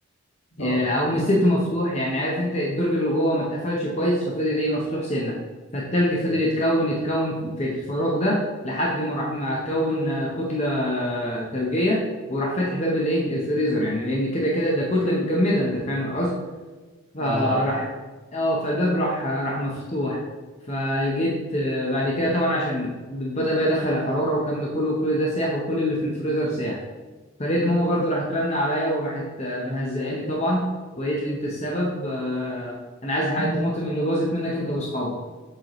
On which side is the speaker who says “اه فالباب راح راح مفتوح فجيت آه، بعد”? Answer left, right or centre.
Left